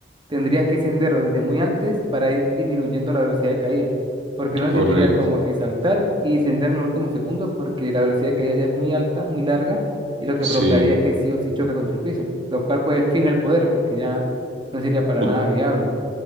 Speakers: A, on the right; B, on the right.
A: tendrías que ascender desde muy antes para ir disminuyendo la velocidad de caída, porque no
B: correcto,
A: le serviría como que saltar y descender en los últimos segundos, porque la velocidad de caída ya es muy alta, muy larga, y lo que
B: sí.
A: provocaría es que sí o sí choque contra el piso, lo cual puede fin el poder, porque ya no sería para
B: O,
A: nada viable.